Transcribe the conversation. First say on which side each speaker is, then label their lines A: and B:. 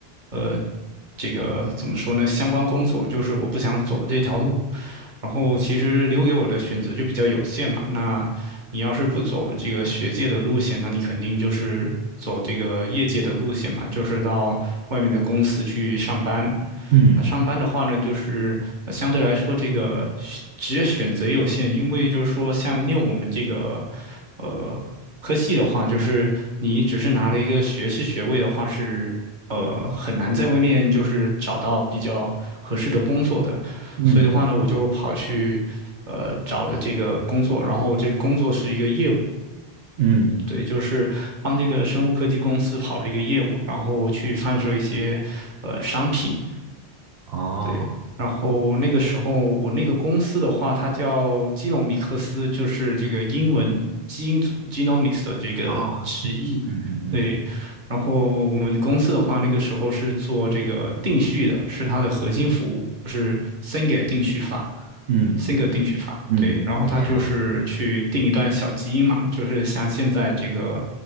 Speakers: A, on the right; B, on the right.
A: 呃这个怎么说呢？相关工作，就是我不想走这条路。然后其实留给我的选择就比较有限嘛，那你要是不走这个学界的路线，那你肯定就是走这个业界的路线嘛，就是到外面的公司去上班。
B: 嗯
A: 那上班的话呢，就是呃相对来说这个选职业选择也有限，因为就是说像念我们这个呃科系的话，就是你只是拿了一个学士学位的话是。呃，很难在外面就是找到比较合适的工作的，
B: 嗯
A: 所以的话呢，我就跑去呃找了这个工作，然后这个工作是一个业务，
B: 嗯，
A: 对，就是帮这个生物科技公司跑这个业务，然后去贩售一些呃商品，
B: 哦
A: 对。然后那个时候我那个公司的话，它叫基隆米克斯，就是这个英文基因组 （genomics） 的这个直译，
B: 哦，嗯嗯嗯
A: 对。然后我们公司的话，那个时候是做这个定序的，是它的核心服务，就是 Single 定序法
B: 嗯。
A: ，Single
B: 嗯
A: 定序法。
B: 嗯，
A: 对，然后它就是去定一段小基因嘛，
B: <laughs>
A: 就是像现在这个，